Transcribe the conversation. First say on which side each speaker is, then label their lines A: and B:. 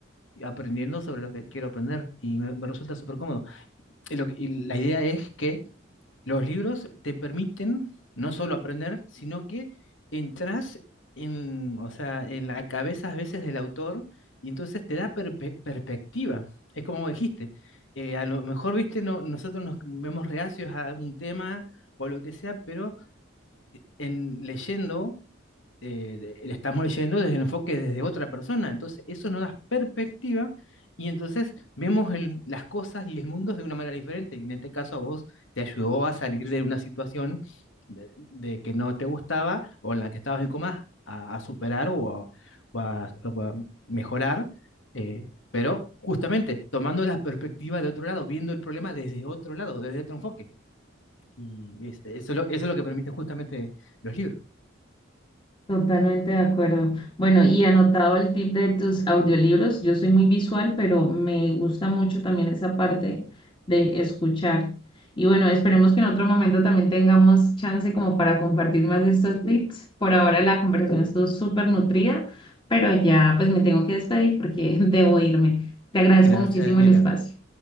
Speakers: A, on the left; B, on the left.
A: y aprendiendo sobre lo que quiero aprender. Y me, me resulta súper cómodo. Y, lo que- y la idea es que los libros te permiten no solo aprender, sino que entras en, o sea, en la cabeza a veces del autor y entonces te da perpe- perspectiva. Es como dijiste, eh, a lo mejor, viste, no, nosotros nos vemos reacios a un tema o lo que sea, pero en leyendo eh, le le estamos leyendo desde el enfoque desde otra persona. Entonces, eso nos da perspectiva y entonces vemos el- las cosas y el mundo de una manera diferente. Y en este caso a vos te ayudó a salir de una situación de, de que no te gustaba o en la que estabas en comas a, a superar o a, o a- o a mejorar. eh, pero justamente tomando la perspectiva de otro lado, viendo el problema desde otro lado, desde otro enfoque. Y es- eso es lo, eso es lo que permiten justamente los libros.
B: Totalmente de acuerdo. Bueno, y anotado el tip de tus audiolibros, yo soy muy visual, pero me gusta mucho también esa parte de escuchar. Y bueno, esperemos que en otro momento también tengamos chance como para compartir más de estos tips. Por ahora la conversación estuvo súper nutrida, pero ya pues me tengo que despedir porque <laughs> debo irme. Te agradezco
A: Gracias,
B: muchísimo
A: Daniela.
B: el espacio.